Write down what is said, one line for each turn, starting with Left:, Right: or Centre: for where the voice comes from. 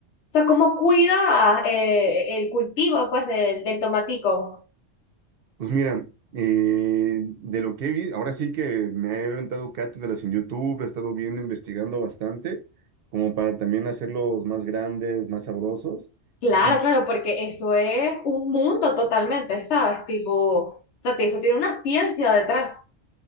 Left: sea, cómo cuida eh, el cultivo, pues, del, del tomatico?
Right: Pues mira, eh, de lo que he visto, ahora sí que me he aventado cátedras en YouTube, he estado viendo, investigando bastante, como para también hacerlos más grandes, más sabrosos.
Left: Claro,
Right: Y
Left: claro, porque eso es un mundo totalmente, ¿sabes? Tipo, o sea, te- eso tiene una ciencia detrás.